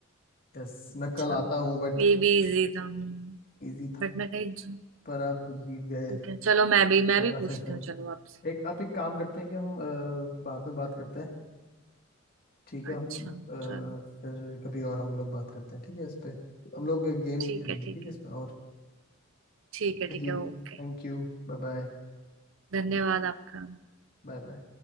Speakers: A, on the left; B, on the right.
A: यस
B: अच्छा
A: मैं कल आता हूँ बट
B: ये भी इजी था हम्म
A: इजी था
B: बट मैं कहीं जा-
A: पर आप जीत गए ये
B: ठीक है चलो मैं भी मैं
A: वाला
B: भी पूछती
A: सेशन
B: हूँ चलो आपसे
A: एक आप एक काम करते हैं कि हम अ, बाद में बात करते हैं ठीक है
B: अच्छा
A: हम अ, फिर
B: चलो
A: कभी और हम लोग बात करते हैं ठीक है इस पे हम लोग गेम्स
B: ठीक
A: खेलेंगे
B: है ठीक
A: ठीक है इसमें
B: है
A: और
B: ठीक है ठीक
A: जी
B: है ओके
A: thank you bye bye
B: धन्यवाद आपका
A: Bye bye